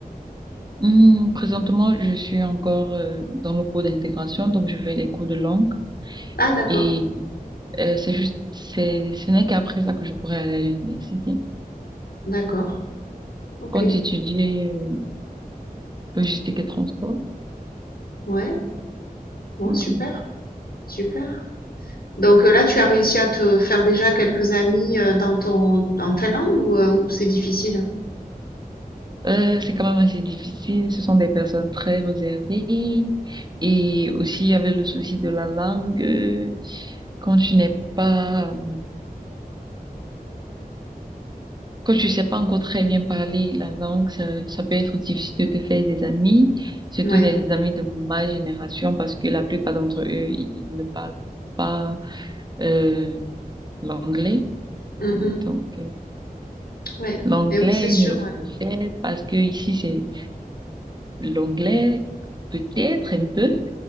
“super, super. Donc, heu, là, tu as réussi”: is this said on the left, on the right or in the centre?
Left